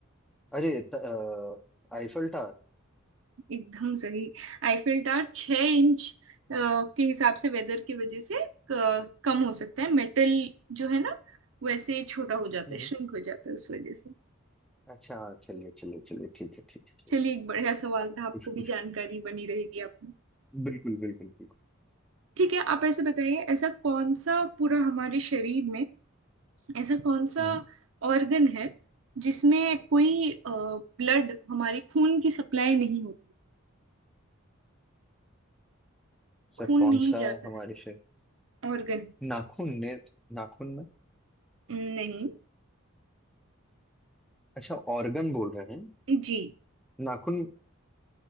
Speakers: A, in the centre; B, on the right (about 70°).
A: अरे त, अ, आईफल टावर
B: एकदम सही आईफिल टावर छह इंच अ, के हिसाब से वेदर की वजह से अ, कम हो सकता है मेटल जो है ना वैसे छोटा हो जाता
A: हम्म
B: है श्रिंक हो जाता है उस वजह से
A: अच्छा हाँ, चलिए चलिए चलिए ठीक है ठीक है ठीक
B: चलिए
A: है
B: एक बढ़िया सवाल था
A: हाँ,
B: आपको
A: कुछ
B: भी
A: कुछ
B: जानकारी बनी रहेगी आपने
A: बिल्कुल बिल्कुल बिल्कुल
B: ठीक है आप ऐसे बताइए ऐसा कौन सा पूरा हमारे शरीर में ऐसा कौन सा
A: हम्म,
B: ऑर्गन है जिसमें कोई ब्लड हमारी खून की सप्लाई नहीं होती
A: सर
B: खून
A: कौन
B: नहीं
A: सा
B: जाता
A: हमारे
B: है
A: से
B: ऑर्गन
A: नाखून ने नाखून में
B: नहीं
A: अच्छा ऑर्गन बोल रहे हैं
B: जी
A: नाखून